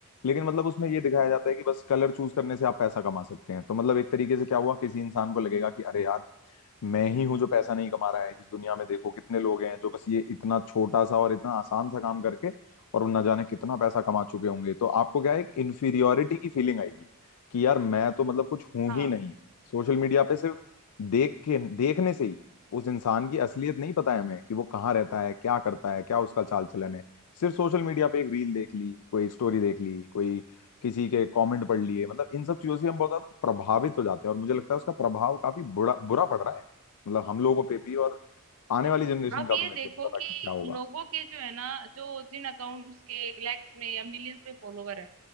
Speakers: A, on the left; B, on the right.
A: लेकिन मतलब उसमें ये दिखाया जाता है कि बस कलर चूज करने से आप पैसा कमा सकते हैं तो मतलब एक तरीके से क्या हुआ किसी इंसान को लगेगा कि अरे यार मैं ही हूँ जो पैसा नहीं कमा रहा है इस दुनिया में देखो कितने लोग हैं जो बस ये इतना छोटा सा और इतना आसान सा काम करके और वो न जाने कितना पैसा कमा चुके होंगे तो आपको क्या है एक इन्फीरियोरिटी की फीलिंग आएगी कि यार मैं तो मतलब कुछ हूं
B: हाँ
A: ही नहीं सोशल मीडिया पे सिर्फ देख के देखने से ही उस इंसान की असलियत नहीं पता है हमें कि वो कहाँ रहता है क्या करता है क्या उसका चाल चलन है सिर्फ सोशल मीडिया पे एक रील देख ली कोई स्टोरी देख ली कोई किसी के कमेंट पढ़ लिए मतलब इन सब चीजों से हम बहुत ज्यादा प्रभावित हो जाते हैं और मुझे लगता है उसका प्रभाव काफी बुरा बुरा पड़ रहा है मतलब हम लोगों पे भी और आने वाली जनरेशन
B: आप
A: का
B: ये
A: तो मेरे
B: देखो
A: को नहीं पता
B: कि
A: कि क्या होगा
B: लोगों के जो है ना जो जिन अकाउंट्स के लैक्स में या मिलियंस में फॉलोवर है